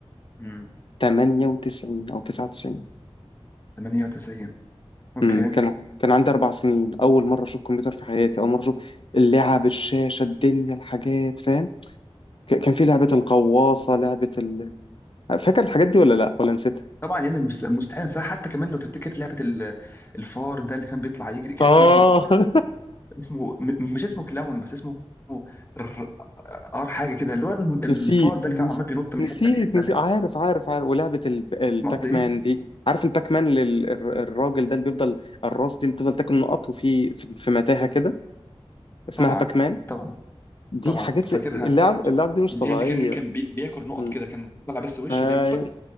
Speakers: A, on the left (about 20°); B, on the left (about 55°).
A: مم.
B: 98 او 99
A: 98 اوكي
B: امم كان كان عندي اربع سنين اول مره اشوف كمبيوتر في حياتي اول مره اشوف اللعب الشاشه الدنيا الحاجات فاهم ك- كان في لعبه الغواصه لعبه ال... فاكر الحاجات دي ولا لا ولا نسيتها
A: طبعا يعني مست- مستحيل انساها حتى كمان لو تفتكر لعبه ال- الفار ده اللي كان بيطلع يجري كان
B: اه
A: اسمه
B: <laughs>
A: اسمه م- مش اسمه كلاون بس اسمه ر- ار حاجه كده اللي هو ال- الفار
B: نسيت
A: ده
B: نس-
A: اللي كان عمال بينط من
B: نسيت
A: حته لحته
B: نسيت
A: لا
B: عارف عارف عارف ولعبة ال- الباك
A: ما قصدي ايه
B: مان دي عارف الباك مان لل- الر- الراجل ده اللي بيفضل الراس دي اللي بتفضل تاكل نقط وفي في في متاهة كده اسمها
A: طبعا
B: باك مان
A: طبعا
B: دي
A: طبعا
B: حاجات زي
A: فاكرها
B: اللعب اللعب دي مش
A: اللي
B: طبيعية
A: هي اللي كان كان بي- بياكل نقط
B: مم.
A: كده كان طلع بس وشه
B: ايوه
A: وبيعمل بك